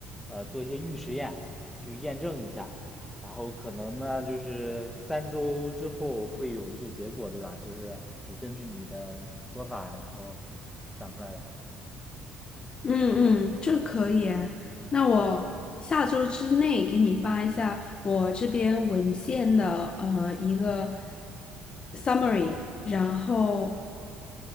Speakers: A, in the centre; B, on the left.
A: 呃做一些预实验去验证一下，然后可能呢就是三周之后会有一些结果，对吧？就是我根据你的说法，然后想出来的。
B: 嗯嗯，这可以啊那我下周之内给你发一下我这边文献的呃一个 summary，然后